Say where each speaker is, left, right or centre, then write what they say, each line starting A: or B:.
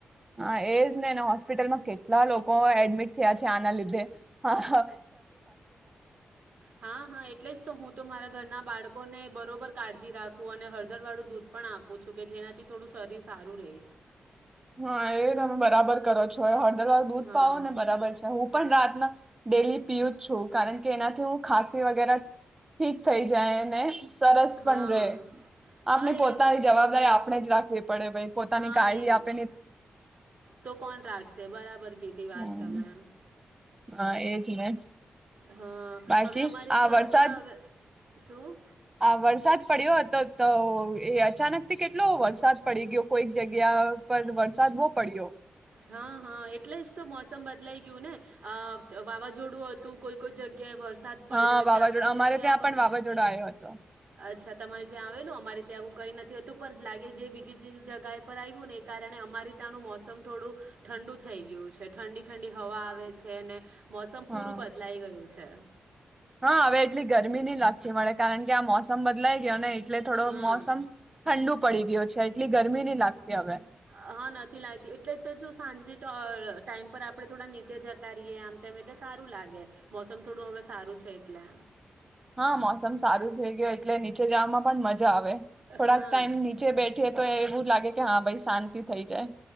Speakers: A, on the right; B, on the right.
A: હા એજ ને હોસ્પિટલમાં કેટલા લોકો એડમિટ થયા છે. આના લીધે હ
B: હા હા એટલે જ તો હું તો મારા ઘરના બાળકોને બરોબર કાળજી રાખવું અને હળદર વાળું દૂધ પણ આપું છું કે જેનાથી થોડું શરીર સારું રહે.
A: હા એ તમે બરાબર કરો છો. દૂધ
B: હા
A: પાવો ને બરાબર છે હું પણ રાત ડેલી પીયું જ છું. કારણ કે એનાથી હું ખાંસી વગેરે ઠીક થઈ જાય ને સરસ પણ
B: હા
A: રે, આપણે
B: હા
A: પોતાની
B: એ જ
A: જવાબદારી આપણે જ રાખી. પડે ભઈ પોતાની
B: હા
A: ગાળી
B: નહીં
A: આપ
B: તો કોણ રાખશે બરાબર કીધી વાત
A: હમ
B: તમે
A: હા એજ ને
B: હા
A: બાકી
B: હવે અમારી
A: આ
B: ત્યાં
A: વરસાદ
B: પણ હવે શું.
A: આ વરસાદ પડ્યો હતો તો એ અચાનક થી કેટલો વરસાદ પડી ગયો કોઈક જગ્યા પર વરસાદ બહુ પડ્યો
B: હા હા એટલે જ તો મોસમ બદલાઈ ગયું ને વાવાઝોડું હતું. કોઈ કોઈ જગ્યાએ વરસાદ પડ્યો
A: હા
B: એટલે
A: વાવાઝોડું
B: આપણી
A: અમારે
B: જગ્યા
A: ત્યાં
B: પર
A: પણ વાવાઝોડો આવ્યો હતો.
B: અચ્છા તમારે જ્યાં આવેલું અમારે ત્યાં એવું કંઈ નથીતું પણ લાગે જે બીજી જગ્યાએ પર આવ્યું ને એ કારણે અમારે ત્યાંનું મોસમ થોડું ઠંડુ થઈ ગયું છે ઠંડી ઠંડી. થવા આવે છે અને મોસમ પૂરું
A: હા
B: બદલાઈ ગયું છે.
A: હા હવે એટલી ગરમી ની લતી મળે કારણ કે આ મોસમ બદલાઈ ગયો ને એટલે થોડો
B: હા
A: મોસમ ઠંડુ પડી ગયો છે એટલી ગરમી નહી લાગતી હવે.
B: હા નથી લાગતી એટલે તો જો સાંજની ટાઈમ પર આપણે થોડા નીચે જતા રહીએ આમ <unintelligible> એટલે સારું લાગે. મોસમ થોડું હવે સારું છે એટલે.
A: હા મોસમ સારું થઈ ગયું એટલે નીચે જાવામાં પણ મજ જા આવે. થોડાક
B: હા
A: ટાઈમ નીચે બેઠીએ તો એ એવું લાગે કે કે હા ભાઈ શાંતિ થઈ જાય.